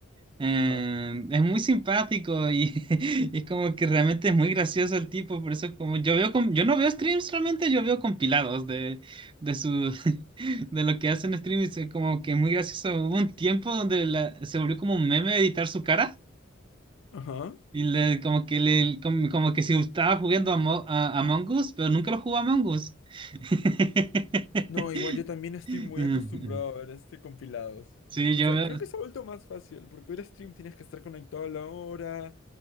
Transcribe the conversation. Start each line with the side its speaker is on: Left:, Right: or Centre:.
Right: Eh,
Left: Ajá.
Right: es muy simpático y, <laughs> y como que realmente es muy gracioso el tipo, por eso como yo veo, com- yo no veo streams realmente, yo veo compilados de, de su, <laughs> de lo que hacen streams, es como que muy gracioso. Hubo un tiempo donde la- se volvió como un meme editar su cara.
Left: Ajá.
Right: Y le- como que le, como, como que si estaba jugando a, Mo- a, a Among Us, pero nunca lo jugó a Among Us. <laughs>
Left: No, igual yo también estoy muy
Right: Mm,
Left: acostumbrado a ver este compilados.
Right: Sí,
Left: O
Right: yo
Left: sea,
Right: veo,
Left: creo que se ha vuelto más fácil, porque ver stream tienes que estar conectado a la hora,